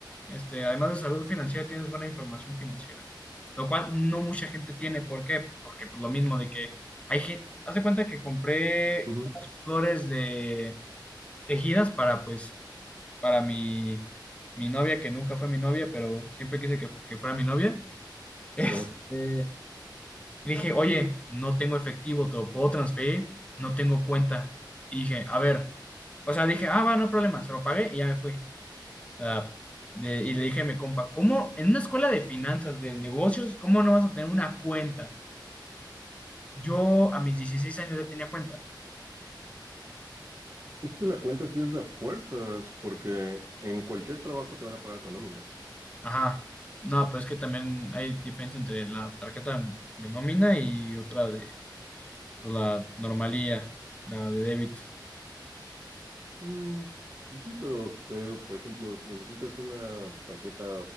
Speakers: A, on the left; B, on the right.
A: este, además de salud financiera, tienes buena información financiera, lo cual no mucha gente tiene. ¿Por qué? Porque pues, lo mismo de que hay gente, haz de cuenta que compré
B: ujú,
A: unas flores de tejidas para, pues, para mi, mi novia, que nunca fue mi novia, pero siempre quise que, que fuera mi novia. <laughs> Este,
B: ajá.
A: le dije, oye, no tengo efectivo, ¿te lo puedo transferir? No tengo cuenta. Y dije, a ver. O sea, dije, ah, va, no hay problema, se lo pagué y ya me fui. Ah, de- y le dije a mi compa, ¿cómo en una escuela de finanzas, de negocios, cómo no vas a tener una cuenta? Yo a mis 16 años ya tenía cuenta.
B: Y la cuenta sí es de a fuerzas, porque en cualquier trabajo te van a pagar con nómina.
A: Ajá. No, pues es que también hay diferencia entre la tarjeta de nómina y otra de pues, la normalía, la de débito.
B: Mm, pues sí, pero te digo, por ejemplo, necesitas una tarjeta